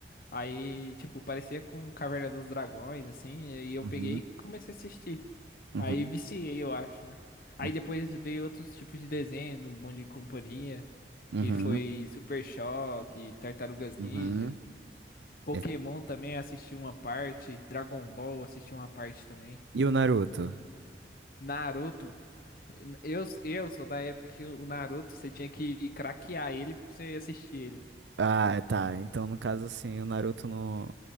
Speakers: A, on the left; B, on the right.
A: Aí, tipo, parecia com Caverna dos Dragões, assim, e aí eu
B: Uhum,
A: peguei e comecei a assistir.
B: uhum,
A: Aí viciei, eu acho, né? Aí
B: uhum,
A: depois veio outros tipos de desenho, no Bom de Companhia,
B: uhum.
A: que foi Super Choque, Tartarugas Ninja.
B: uhum.
A: Pokémon
B: Esse-
A: também assisti uma parte, Dragon Ball assisti uma parte também.
B: E o Naruto?
A: Naruto. Eu, eu sou da época que o Naruto, você tinha que craquear ele pra você assistir ele.
B: Ah, tá. Então, no caso, assim, o Naruto não,